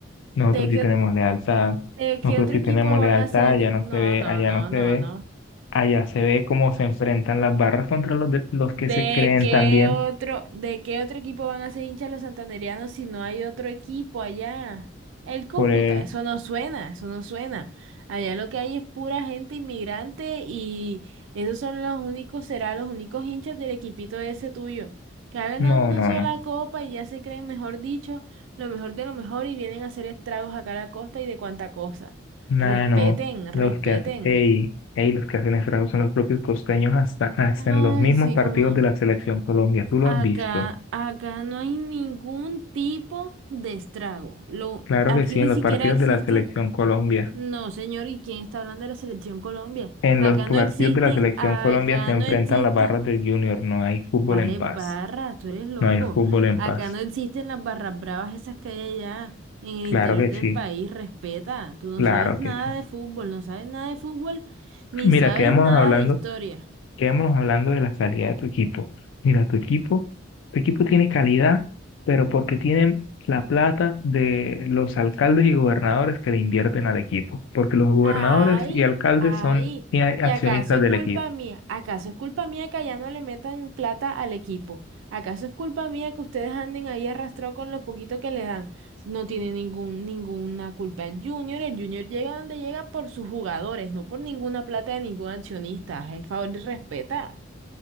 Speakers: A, on the left; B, on the right.
A: nosotros
B: ¿De qué,
A: sí tenemos
B: o-
A: lealtad,
B: de qué
A: nosotros
B: otro
A: sí
B: equipo
A: tenemos lealtad,
B: van a ser?
A: allá no
B: No,
A: se ve,
B: no,
A: allá
B: no,
A: no se
B: no,
A: ve,
B: no.
A: allá se ve cómo se enfrentan las barras contra los, de- los que
B: ¿De
A: se creen
B: qué
A: también
B: otro, de qué otro equipo van a ser hinchas los santandereanos si no hay otro equipo allá? El Cúcuta,
A: por... eh,
B: eso no suena, eso no suena. Allá lo que hay es pura gente inmigrante y esos son los únicos, serán los únicos hinchas del equipito ese tuyo, que ha ganado
A: no,
B: una
A: no,
B: sola
A: no.
B: copa y ya se creen, mejor dicho, lo mejor de lo mejor y vienen a hacer estragos acá a la costa y de cuanta cosa.
A: Nada,
B: Respeten,
A: no. Los
B: respeten.
A: que hacen, ey, ey, los que hacen estragos son los propios costeños hasta, hasta
B: Ay,
A: en los mismos
B: sí,
A: partidos
B: como.
A: de la Selección Colombia. ¿Tú lo
B: Acá,
A: has visto?
B: acá no hay ningún tipo de estrago. Lo,
A: Claro
B: aquí
A: que sí,
B: ni
A: en los
B: siquiera
A: partidos
B: existen.
A: de la Selección Colombia.
B: No, señor, ¿y quién está hablando de la selección Colombia?
A: En
B: Acá
A: los partidos
B: no existen,
A: de la Selección
B: acá
A: Colombia se enfrentan
B: no existen.
A: las barras del Junior. No hay fútbol
B: ¿Cuáles
A: en paz.
B: barras? Tú eres loco.
A: No hay fútbol en
B: Acá
A: paz.
B: no existen las barras bravas esas que hay allá en el
A: Claro
B: interior
A: que
B: del
A: sí,
B: país. Respeta. Tú no
A: claro
B: sabes nada
A: que sí.
B: de fútbol, no sabes nada de fútbol, ni
A: Mira,
B: sabes
A: quedémonos
B: nada
A: hablando
B: de historia.
A: quedémonos hablando de la calidad de tu equipo. Mira, tu equipo, tu equipo tiene calidad, pero porque tienen la plata de los alcaldes y gobernadores que le invierten al equipo, porque los gobernadores
B: Ay,
A: y alcaldes
B: ay,
A: son i- accionistas
B: ¿y acaso es
A: del
B: culpa
A: equipo.
B: mía? ¿Acaso es culpa mía que allá no le metan plata al equipo? ¿Acaso es culpa mía que ustedes anden ahí arrastrados con lo poquito que le dan? No tiene ningún, ninguna culpa el Junior. El Junior llega donde llega por sus jugadores, no por ninguna plata de ningún accionista. El favor y respeta.